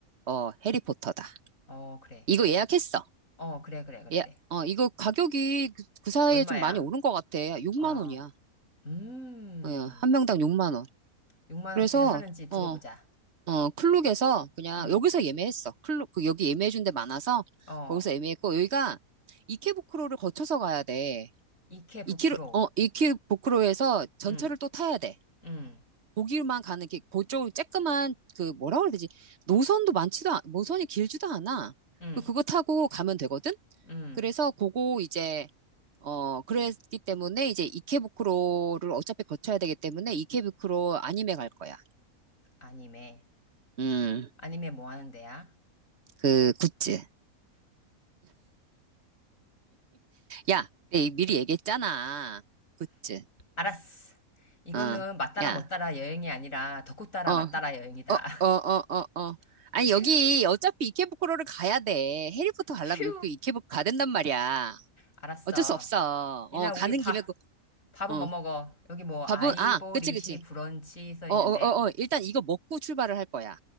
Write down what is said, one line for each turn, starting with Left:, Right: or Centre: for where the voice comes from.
Right: 어, 해리포터다.
Left: 어, 그래.
Right: 이거 예약했어.
Left: 어, 그래, 그래, 그래,
Right: 예,
Left: 그래.
Right: 어, 이거 가격이 그, 그 사이에
Left: 얼마야?
Right: 좀 많이 오른 것 같아. 6만
Left: 아,
Right: 원이야.
Left: 음.
Right: 어, 한 명당 6만 원.
Left: 6만 원치를
Right: 그래서,
Left: 하는지 두고
Right: 어,
Left: 보자.
Right: 어, 클룩에서 그냥,
Left: 음,
Right: 여기서 예매했어. 클룩, 그 여기 예매해준 데 많아서,
Left: 어.
Right: 거기서 예매했고, 여기가 이케부쿠로를 거쳐서 가야 돼.
Left: 이케부쿠로.
Right: 이케, 어, 이케부쿠로에서 전철을
Left: 음,
Right: 또 타야 돼.
Left: 음,
Right: 거기만 가는 게 그쪽 쬐끄만 그 뭐라 그래야 되지? 노선도 많지도 않, 노선이 길지도 않아.
Left: 음,
Right: 그 그거 타고 가면 되거든.
Left: 음.
Right: 그래서 그거 이제 어 그랬기 때문에 이제 이케부쿠로를 어차피 거쳐야 되기 때문에 이케부쿠로 아니메 갈 거야.
Left: 아니메.
Right: 음,
Left: 아니메 뭐 하는 데야?
Right: 그 굿즈. 야, 내 미리 얘기했잖아. 굿즈.
Left: 알았어. 이거는
Right: 어,
Left: 맞따라
Right: 야,
Left: 못따라 여행이 아니라 덕후 따라
Right: 어, 어,
Left: 맞따라 여행이다.
Right: 어, 어, 어, 어.
Left: <laughs>
Right: 아니
Left: 휴,
Right: 여기 어차피 이케부쿠로를 가야 돼. 해리포터 가려면
Left: 휴.
Right: 여기 이케부쿠 가야 된단 말이야.
Left: 알았어.
Right: 어쩔 수 없어.
Left: 이날
Right: 어, 가는
Left: 우리 밥,
Right: 김에 그,
Left: 밥은
Right: 어,
Left: 뭐 먹어? 여기 뭐
Right: 밥은,
Left: 아이보리시
Right: 아, 그치, 그치.
Left: 브런치 써
Right: 어,
Left: 있는데.
Right: 어, 어, 어, 일단 이거 먹고 출발을 할 거야.